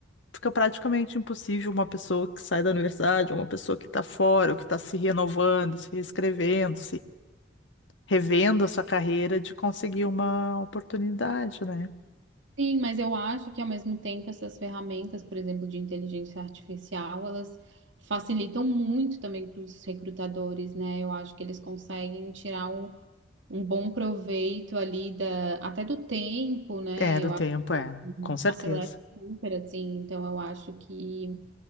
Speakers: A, on the left; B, on the right.
A: fica praticamente impossível uma pessoa que sai da universidade, uma pessoa que está fora, ou que está se renovando, se reescrevendo, revendo a sua carreira de conseguir uma oportunidade, né?
B: Sim, mas eu acho que ao mesmo tempo essas ferramentas, por exemplo, de inteligência artificial, elas facilitam muito também para os recrutadores, né? Eu acho que eles conseguem tirar um, um bom proveito ali da, até do tempo, né?
A: É, do
B: Eu
A: tempo,
B: acho que
A: é, com certeza.
B: acelera super, assim, então eu acho que